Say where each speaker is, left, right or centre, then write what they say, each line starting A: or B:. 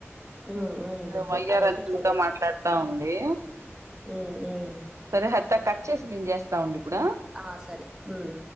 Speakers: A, on the right; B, on the right.
A: మ్మ్ మ్మ్
B: ఏదో వైఆర్ంత
A: అదైతే
B: ఇంకా మాట్లాడుతా ఉంది
A: ఉమ్ ఉం
B: సరే హరిత కట్ చేసి నేను చేస్తా ఉండు ఇప్పుడు
A: ఆ సరే మ్మ్